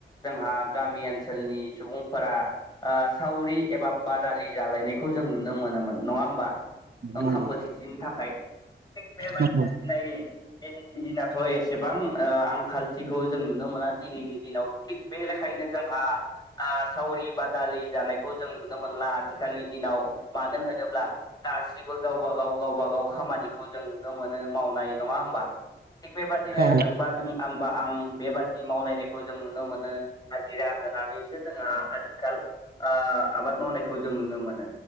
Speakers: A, on the left (about 20°); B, on the right (about 55°).
A: जोंहा गामि ओनसोलनि सुबुंफोरा सावरि एबा बादालि जालायनायखौ जों नुनो मोनोमोन नङा होमबा ओंखाम
B: नंगौ
A: बोथिसेनि थाखाय थिग बेबायदिनो
B: नंगौ
A: दिनै दिनैनि दिनाथ' एसेबां आंखालथिखौ जों नुनो मोना दिनैनि दिनाव थिग बेनिखायनो जोंहा सावरि बादालि जानायखौ जों नुनो मोनला आथिखालनि दिनाव मानो होनोब्ला गासैबो गावबा गाव गावबा गाव खामानिखौ जों नुनो मोनो मावनाय नङा होमबा थिग बेबायदिनो
B: औ
A: नोंबा नों आंबा आं बेबादि मावलायनायखौ जों नुनो मोनो हाजिरा होनानैसो जोंहा आथिखाल आबाद मावनायखौ जों नुनो मोनो